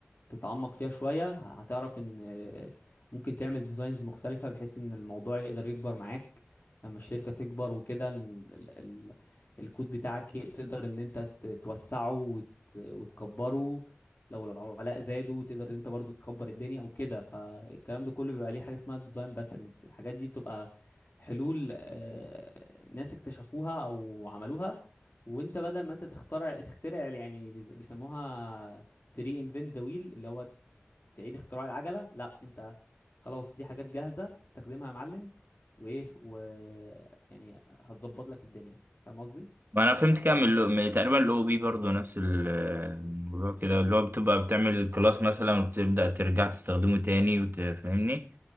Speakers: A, on the left; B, on the right.
A: تتعمق فيها شوية هتعرف ان آه، ممكن تعمل ديزاينز مختلفة بحيث ان الموضوع يقدر يكبر معاك لما الشركة تكبر وكده ال- ال- ال- الكود بتاعك ي- تقدر ان انت ت- توسعه وت- وتكبره لو العملاء زادوا تقدر ان انت برضو تكبر الدنيا وكده فالكلام ده كله بيبقى ليه حاجة اسمها ديزاين باترنز الحاجات دي بتبقى حلول آه، ناس اكتشفوها او عملوها وانت بدل ما انت تخترع تخترع يعني بيز- بيسموها تري انفنت ذا ويل اللي هو تعيد اختراع العجله لا انت خلاص دي حاجات جاهزه استخدمها يا معلم وايه و يعني هتظبط لك الدنيا فاهم قصدي
B: ما انا فهمت كده من ال- من تقريبا الاو بي برضه نفس ال- الموضوع كده اللي هو بتبقى بتعمل الكلاس مثلا وبتبدأ ترجع تستخدمه تاني وتفهمني